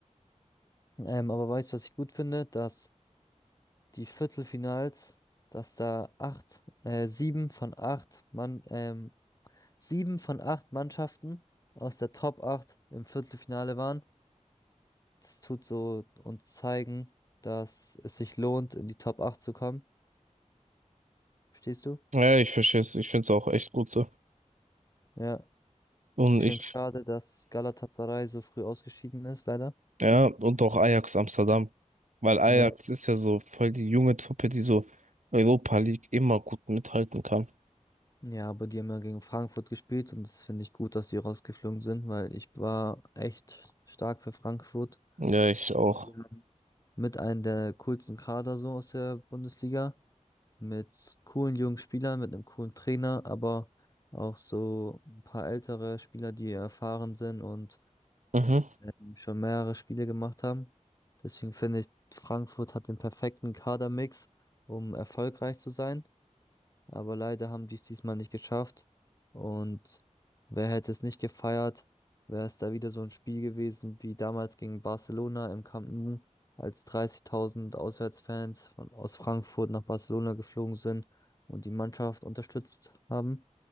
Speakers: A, on the left; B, on the right.
A: Ähm, aber weißt du, was ich gut finde? Dass die Viertelfinals, dass da acht, äh, sieben von acht Mann, ähm, sieben von acht Mannschaften aus der Top 8 im Viertelfinale waren. Das tut so uns zeigen, dass es sich lohnt, in die Top 8 zu kommen. Verstehst du?
B: Ja, ich verstehe es. Ich finde es auch echt gut so.
A: Ja.
B: Und
A: Ich
B: ich
A: finde es schade, dass Galatasaray so früh ausgeschieden ist, leider.
B: Ja, und auch Ajax Amsterdam. Weil Ajax
A: Ja.
B: ist ja so voll die junge Truppe, die so Europa League immer gut mithalten kann.
A: Ja, aber die haben ja gegen Frankfurt gespielt und das finde ich gut, dass sie rausgeflogen sind, weil ich war echt stark für Frankfurt.
B: Ja, ich
A: Ich,
B: auch.
A: ja. mit einem der coolsten Kader so aus der Bundesliga, mit coolen jungen Spielern, mit einem coolen Trainer, aber auch so ein paar ältere Spieler, die erfahren sind und
B: Mhm.
A: ähm, schon mehrere Spiele gemacht haben. Deswegen finde ich, Frankfurt hat den perfekten Kadermix, um erfolgreich zu sein aber leider haben die es diesmal nicht geschafft. Und wer hätte es nicht gefeiert, wäre es da wieder so ein Spiel gewesen wie damals gegen Barcelona im Camp Nou, als 30.000 Auswärtsfans von, aus Frankfurt nach Barcelona geflogen sind und die Mannschaft unterstützt haben.